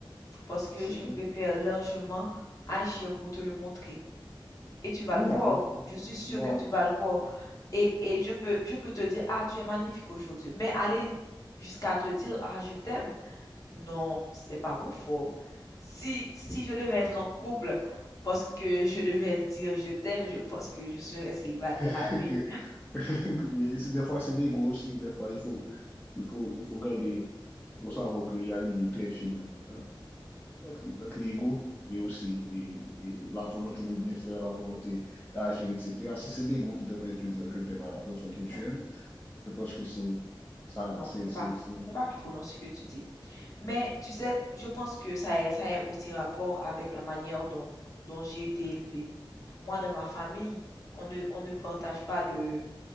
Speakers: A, on the left (about 40°); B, on the left (about 15°).
A: parce que
B: C'est
A: je
B: vrai.
A: préfère largement agir pour te le montrer. et tu vas
B: Moi,
A: le voir.
B: non,
A: Je suis sûre
B: moi,
A: que tu vas
B: ça.
A: le voir. Et, et je peux, je peux te dire, ah, tu es magnifique aujourd'hui. Mais aller jusqu'à te dire, ah, je t'aime. Non, c'est pas mon fort. Si, si je devais être en couple parce que je devais dire je t'aime, je pense que je serais célibataire
B: <laughs>
A: à vie.
B: que- <laughs> Mais c'est- des fois, c'est l'ego aussi. Des fois, il faut, il faut, il faut garder, il faut savoir qu'il y a une ligne très fine hein. notre notre l'ego et aussi et, et la volonté de bien faire, la volonté d'agir, etc. Si c'est l'ego qui t'empêche de dire je t'aime à la personne que tu
A: Non,
B: aimes, je pense que c'est ça,
A: non,
B: c'est,
A: c'est
B: c'est,
A: pas,
B: c'est-
A: c'est pas faux dans ce que tu dis. Mais tu sais, je pense que ça a, ça a aussi rapport avec la manière dont, dont j'ai été élevée. Moi, dans ma famille, on ne, on ne partage pas de,